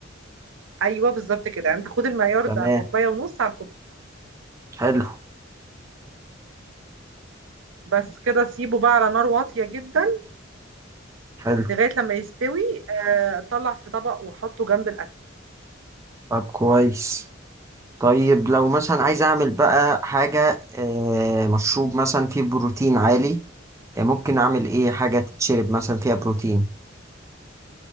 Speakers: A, on the right; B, on the right.
A: ايوه بالظبط كده يعني انت خد المعيار
B: تمام
A: ده كوبايه ونص على الكوبايه
B: حلو
A: بس كده سيبه بقى على نار واطيه جدا
B: حلو
A: لغايه لما يستوي آه، طلع في طبق وحطه جنب الاكل
B: طب كويس طيب لو مثلا عايز اعمل بقى حاجة آه، مشروب مثلا فيه بروتين عالي آه، ممكن اعمل ايه حاجة تتشرب مثلا فيها بروتين